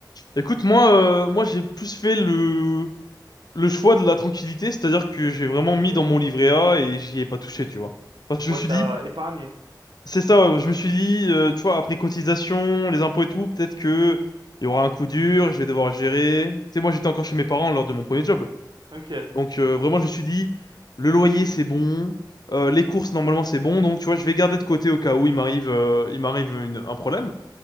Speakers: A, on the left; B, on the right.
A: Écoute, moi, euh, moi, j'ai plus fait le, le choix de la tranquillité, c'est-à-dire que j'ai vraiment mis
B: Ok.
A: dans mon livret A et j'y ai pas touché, tu vois. Parce que je
B: Ouais,
A: me suis
B: t'as
A: dit,
B: épargné.
A: C'est ça, ouais, je me suis dit, euh, tu vois, après cotisation, les impôts et tout, peut-être que il y aura un coup dur, et je vais devoir gérer. Tu sais, moi j'étais encore chez mes parents lors de mon premier job.
B: Ok,
A: Donc euh, vraiment, je me suis dit, le loyer c'est bon, euh, les courses normalement c'est bon, donc tu vois, je vais garder de côté au cas où il m'arrive euh, il m'arrive une- un problème.